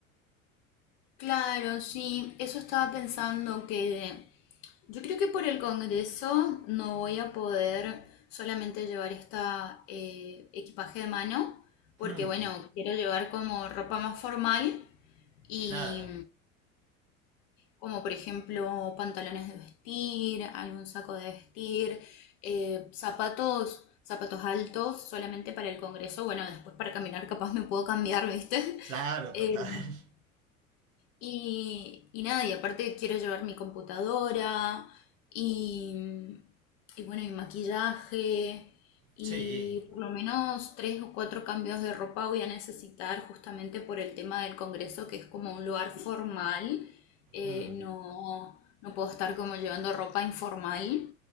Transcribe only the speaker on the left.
Claro, sí, eso estaba pensando que yo creo que por el Congreso no voy a poder solamente llevar esta eh, equipaje de mano,
porque bueno, quiero llevar como ropa más formal y
como por ejemplo pantalones de vestir, algún saco de vestir, eh, zapatos, zapatos altos solamente para el Congreso, bueno, después para caminar capaz me puedo cambiar, ¿viste?
<laughs>
Y, y nada, y aparte quiero llevar mi computadora y, y bueno, mi maquillaje y
por lo menos tres o cuatro cambios de ropa voy a necesitar justamente por el tema del congreso, que es como un lugar formal. Eh,
no, no puedo estar como llevando ropa informal